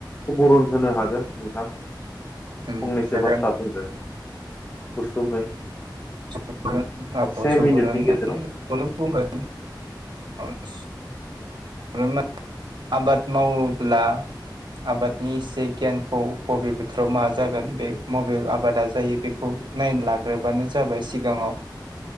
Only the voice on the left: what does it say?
सुबुरुन होनो हागोन नोंथां फंनैसो।
बाथ्रा बुंदो गुसुङै।
से
मिनिटनि गेजेराव